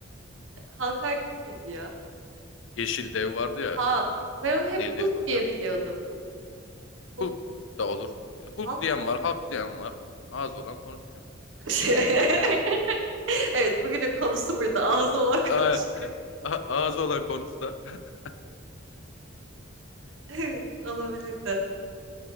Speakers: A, on the right; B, on the left.
A: Hulk hangisiydi ya?
B: Yeşil dev vardı ya
A: Aa ben onu hep
B: deli
A: Hulk
B: deli konuşan.
A: diye biliyordum. Hulk,
B: Hulk da olur. Hulk
A: Hulk
B: diyen var,
A: mı?
B: Hulk diyen var. Ağzı olan konuşuyor.
A: <laughs> Evet bugünün konusu buydu. Ağzı olan
B: Aa,
A: konuşuyor. <laughs>
B: a- ağzı olan konuşsa. <laughs>
A: Evet olabilirdi.